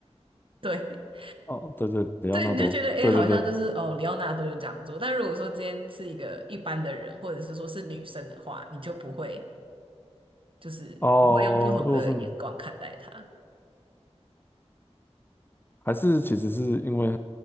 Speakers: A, on the right (about 50°); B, on the left (about 20°).
A: 对 <laughs>
B: 哦对对，里奥纳多，
A: 对，你就觉得诶，
B: 对对对，
A: 好像就是哦，里奥纳多就这样做。但如果说今天是一个一般的人，或者是说是女生的话，你就不会。就是你会用不同的眼光看待他，
B: 哦，如果是你还是其实是因为